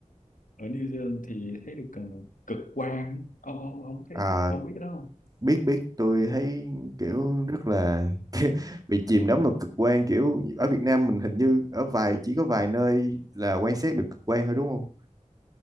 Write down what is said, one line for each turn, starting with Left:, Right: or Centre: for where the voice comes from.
Left: ở New Zealand thì thấy được ờ, cực quang ông ông ông thấy
Right: À,
Left: ông biết cái đó
Right: biết biết tôi thấy kiểu rất là bị chìm đắm vào cực quan kiểu ở Việt Nam mình hình như ở vài chỉ có vài nơi là quan sát được cực quan thôi đúng không